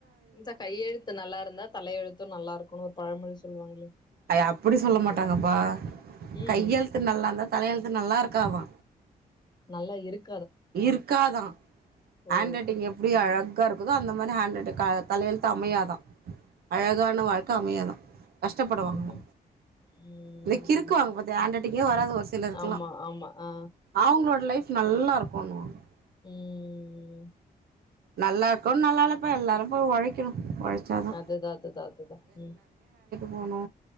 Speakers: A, on the left (about 25°); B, on the right (about 75°).
A: இந்த கையெழுத்து நல்லா இருந்தா தலையெழுத்து து நல்லா இருக்குனு ஒரு பழமொழி சொல்லுவாங்களே
B: அத அப்புடி சொல்ல
A: அதுதா
B: மாட்டாங்கப்பா
A: ம்
B: கையெழுத்து நல்லா இருந்தா தலையெழுத்து நல்லா இருக் க்காதா
A: நல்லா இருக்
B: இருக்காதா
A: ஓ
B: ஹண்ட் ரைட்டிங் எப்டி அழ க்கா இருக்குதோ அந்த மாரி ஹேண்ட் ரைட்டு தலையழுத்து அமையாதா அழகான வாழ்க்க அமயாதா கஷ்டப்படுவாங்களா
A: ம் ம் ம்
B: இந்த கிறுக்கு வாங்க பாத்தி ஹாண்ட்ரைட்டி ஒரு ஒரு சிலருக்லா
A: ஆமா ஆமா ஆ
B: அவுங்களோட லைஃப் நல்லா இருக்கு <unintelligible>
A: உம்
B: நல்லா இருக்கோ நல்லல்லப்பா எல்லாரு எல்லாரு போய் ஒழைக்கணு ஒழச்சாதா
A: அதுதா அதுதா அதுதா உம்
B: போனு